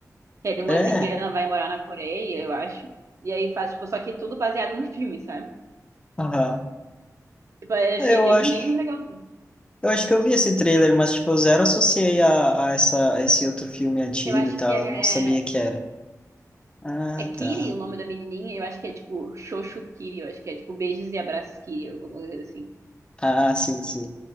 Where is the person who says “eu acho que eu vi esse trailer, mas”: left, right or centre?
Left